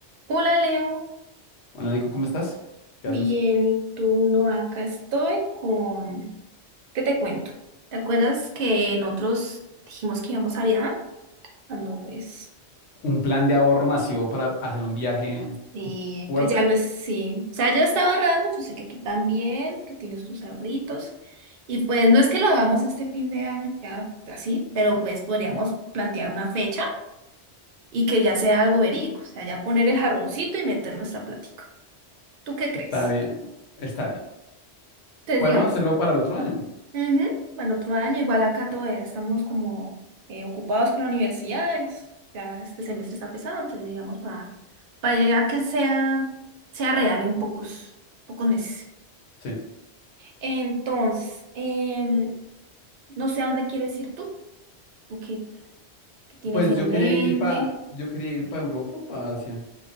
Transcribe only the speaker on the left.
Hola Nico, ¿cómo estás? ¿Qué
haces?
Un plan de ahorro masivo para hacer un viaje
fuerte.
Está bien, está bien.
Podemos
hacerlo para el otro año.
Sí.
Pues
yo quería
ir para, yo quería ir para Europa, para Asia.